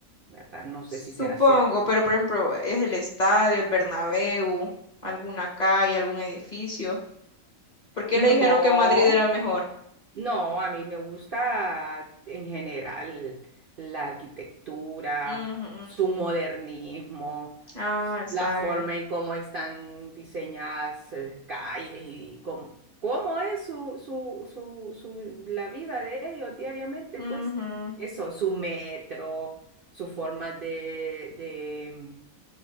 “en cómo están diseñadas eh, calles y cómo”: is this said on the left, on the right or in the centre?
Right